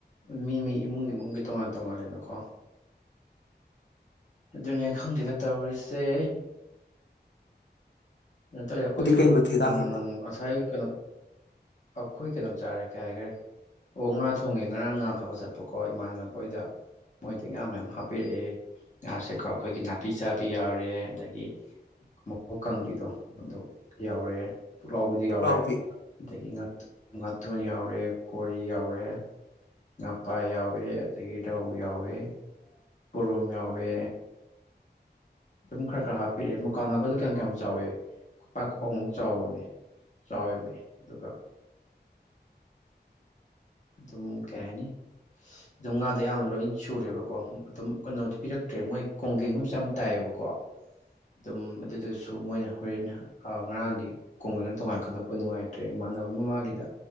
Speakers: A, on the left (about 45°); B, on the left (about 90°).
A: ꯃꯤ ꯃꯤ ꯏꯃꯨꯡꯒꯤ ꯏꯃꯨꯡꯒꯤ ꯇꯣꯉꯥꯟ ꯇꯣꯉꯥꯂꯦꯅꯀꯣ ꯑꯗꯨꯅꯤ ꯈꯪꯗꯗ ꯇꯧꯔꯤꯁꯦ ꯀꯩꯅꯣ ꯇꯧꯋꯔꯤ ꯑꯩꯈꯣꯏꯁꯨ
B: ꯅꯪꯗꯤ ꯀꯩ ꯃꯊꯦꯜ ꯆꯥꯈ꯭ꯔꯕ
A: ꯎ ꯉꯁꯥꯏ ꯀꯩꯅꯣ ꯑꯩꯈꯣꯏ ꯀꯩꯅꯣꯝ ꯆꯥꯔꯦ ꯀꯩ ꯍꯥꯏꯈꯔꯦ ꯑꯣ ꯉꯥ ꯊꯣꯡꯉꯦ ꯉꯔꯥꯡ ꯉꯥ ꯐꯕ ꯆꯠꯄꯀꯣ ꯏꯃꯥꯟꯅꯕꯣꯏꯗ ꯃꯣꯏꯗꯤ ꯉꯥ ꯃꯌꯥꯝ ꯍꯥꯞꯄꯤꯔꯛꯑꯦ ꯉꯥꯁꯦꯀꯣ ꯑꯩꯈꯣꯏꯒꯤ ꯅꯥꯄꯤ ꯆꯥꯕꯤ ꯌꯥꯎꯔꯦ ꯑꯗꯒꯤ ꯃꯣꯛ ꯀꯥꯡꯕꯤꯗꯣ ꯑꯗꯨ ꯌꯥꯎꯔꯦ ꯄꯨꯛꯂꯥꯎꯕꯤꯗꯣ
B: ꯄꯨꯛꯂꯥꯎꯕꯤ
A: ꯌꯥꯎꯔꯦ ꯑꯗꯒꯤ ꯉ ꯉꯥꯇꯣꯟ ꯌꯥꯎꯔꯦ ꯀꯣꯔꯤ ꯌꯥꯎꯔꯦ ꯉꯄꯥ ꯌꯥꯎꯏꯦ ꯑꯗꯒꯤ ꯔꯧ ꯌꯥꯎꯋꯦ ꯄꯨꯔꯨꯝ ꯌꯥꯎꯋꯦ ꯑꯗꯨꯝ ꯈꯔ ꯈꯔ ꯍꯥꯞꯄꯤꯔꯛꯑꯦ ꯃꯨꯀꯥ ꯉꯀꯗꯨꯣ ꯀꯌꯥꯝ ꯀꯌꯥꯝ ꯆꯥꯎꯏꯦ ꯈꯨꯄꯥꯛꯥꯛ ꯈꯨꯄꯥꯛꯃꯨꯛ ꯆꯥꯎꯔꯝꯃꯤ ꯆꯥꯎꯔꯝꯃꯤ ꯑꯗꯨꯒ
B: ꯑ
A: ꯑꯗꯨꯝ ꯀꯌꯥꯅꯤ ꯑꯗꯨꯝ ꯉꯥꯗꯣ ꯑꯌꯥꯝꯕ ꯂꯣꯏ ꯁꯨꯔꯦꯕꯀꯣ ꯑꯗꯨꯝ ꯀꯩꯅꯣꯗꯤꯣ ꯄꯤꯔꯛꯇ꯭ꯔꯦ ꯃꯣꯏ ꯀꯣꯡꯒꯦꯡꯒꯨꯝꯕꯁꯨ ꯌꯥꯝ ꯇꯥꯏꯑꯕ ꯑꯣꯏꯕꯀꯣ ꯑꯗꯨꯝ ꯑꯗꯨꯗꯨꯁꯨ ꯃꯣꯏꯅ ꯍꯣꯔꯦꯟ ꯉꯔꯥꯡꯗꯤ ꯀꯨꯡꯒꯅ ꯇꯣꯉꯥꯟꯅ ꯈꯟꯗꯣꯛꯄ ꯅꯨꯡꯉꯥꯏꯇ꯭ꯔꯦ ꯏꯃꯥꯟꯅꯕ ꯃ ꯃꯥꯥꯡꯒꯤꯗ